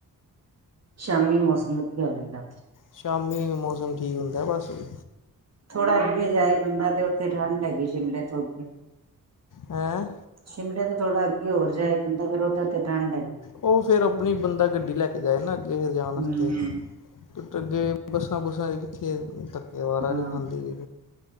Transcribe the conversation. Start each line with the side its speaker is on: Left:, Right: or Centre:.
Right: ਸ਼ਾਮੀ ਮੌਸਮ ਵਧੀਆ ਹੋ ਜਾਂਦਾ
Left: ਸ਼ਾਮੀ ਮੌਸਮ ਠੀਕ ਹੁੰਦਾ ਬਸ ਵੀ
Right: ਥੋੜਾ ਅੱਗੇ ਜਾਏ ਬੰਦਾ ਤੇ ਉੱਥੇ ਠੰਡ ਹੈਗੀ ਸ਼ਿਮਲੇ ਤੋਂ ਅੱਗੇ
Left: ਹੇਂ
Right: ਸ਼ਿਮੜੇ ਤ ਥੋੜ੍ਹਾ ਅੱਗੇ ਹੋਰ ਜਾਏ ਬੰਦਾ ਤਾ ਫੇਰ ਉਧਰ ਤੇ ਠੰਡ ਹੈਗੀ
Left: ਉਹ ਫਿਰ ਆਪਣੀ ਬੰਦਾ ਗੱਡੀ ਲੈ ਕੇ ਜਾਏ ਨਾ ਅੱਗੇ ਜਾਣ
Right: ਹੂੰ
Left: ਆਸਤੇ
Right: ਹੂੰ
Left: <inaudible> ਬੱਸਾਂ ਕਿਥੇ ਧੱਕੇਦਾਰਾ
Right: ਹਾਂ
Left: ਨਹੀਂ ਖਦੀ